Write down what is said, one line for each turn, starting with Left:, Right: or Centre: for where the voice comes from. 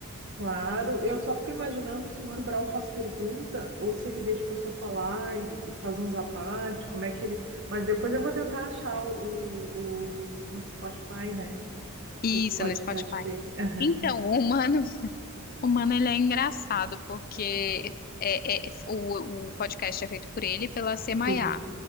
Right: Claro, eu só fico imaginando se o Mano Brown faz pergunta ou se ele deixa a pessoa falar e, e faz uns à parte, como é que ele. Mas depois eu vou tentar achar o, o- no Spotify, né?
Left: Isso,
Right: O podcast
Left: no Spotify.
Right: dele. Aham,
Left: Então, o humano, o humano ele é engraçado, porque é, é- é, o, o podcast é feito por ele e pela Semaia,
Right: Sim.